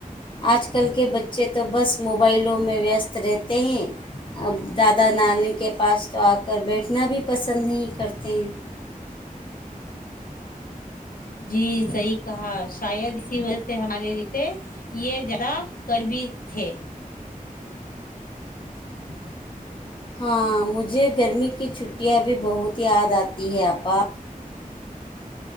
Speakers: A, on the left (about 35°); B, on the left (about 75°).
A: آج کل کے بچے تو بس موبائلوں میں ویست رہتے ہیں ا دادا نانی کے پاس تو آ کر بیٹھنا بھی پسند نہیں کرتے ہیں
B: جی صحیح کہا شاید اسی وجہ سے ہمارے لیے یہ زیادہ کربی تھے <inaudible>
A: ہاں مجھے گرمی کی چھٹیاں بھی بہت یاد آتی ہے آا